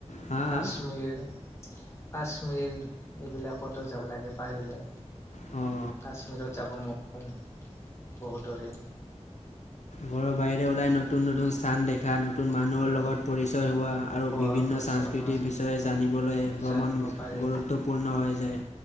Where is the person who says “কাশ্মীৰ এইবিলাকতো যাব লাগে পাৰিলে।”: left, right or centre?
Left